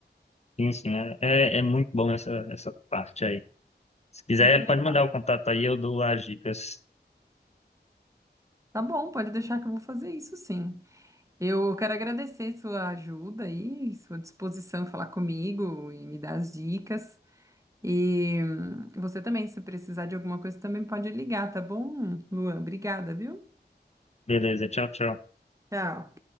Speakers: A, on the left; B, on the right.
A: Sim, sim, é, é é muito bom essa, essa parte aí. Se quiser,
B: Muito legal.
A: pode mandar o contato aí, eu dou as dicas.
B: Tá bom, pode deixar que eu vou fazer isso sim. Eu quero agradecer sua ajuda aí, sua disposição em falar comigo e me dar as dicas. E hum, você também, se precisar de alguma coisa, também pode ligar, tá bom, Luan? Obrigada, viu?
A: Beleza, tchau, tchau.
B: Tchau.